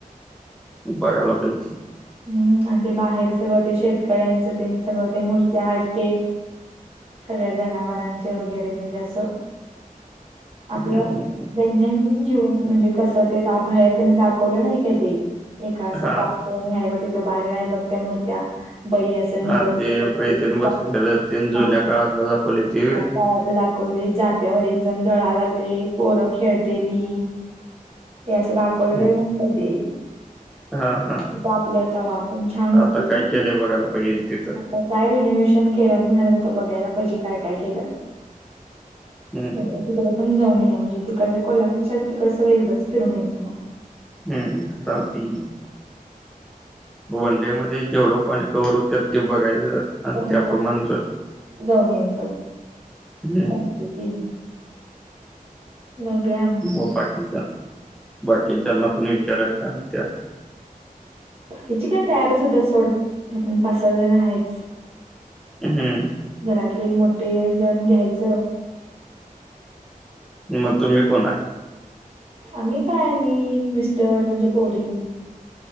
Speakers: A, in the centre; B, on the right.
A: बघायला पाहिजे
B: हम्म आणि ते बाहेर सगळं ते शेतकऱ्यांच ते सगं ते मूर्त आहेत ते सगळ्या जनावरांचे वगैरे म्हणजे असं. आपलं
A: हम्म हम्म हम्म
B: दैनंदिन जीवन म्हणजे. कस ते बाहेर त्यांनी दाखवलं नाही का ते एकां
A: हा
B: पा ति बाहेर आहे बघ त्या मूर्त्या ब निवड
A: हा ते
B: के
A: बैतेन
B: जात
A: बसलेलं तेन जुन्या
B: ह.
A: काळातलं दाखवले ते व्हय
B: काळातलं दाखवले जात्यावर एक जण दळा लागले पोरं खेळतेली. हे असं दाखवलेले
A: हम्म
B: म्हणताय ते
A: हा हा
B: आपल्याता आपण छानच
A: आता
B: ते
A: काय केलंय बघायला पाहिजे तिथं
B: का काय रिनोव्हेशन केल्या म्हणाले आता बघायला पाहिजे काय काय केलंत
A: हम्म हम्म
B: तिकडं पण जाऊन या म्हणजे तिकडच्या कोल्हापूरच्या तिकड सगळ एकदाच फिरून यायचं मग
A: हम्म चालत आहे वनडे मध्ये जेवढं पॉईंट कव्हवर होत ते बघायचं आणि
B: हा
A: त्याप्रमाणे जर
B: जाऊन यायचं
A: हम्म
B: ांगती म ग्या
A: मग बाकीचा बाकीच्याना पण विचारा का त्यात
B: कीची काय तयारच होत्या सोड आपण पाच सहा जण आहेच
A: हम्म
B: घरातले मोठे जण घ्यायचं
A: मग तुम्ही कोण आहे
B: आम्ही काय मी मिस्टर म्हणजे पोरी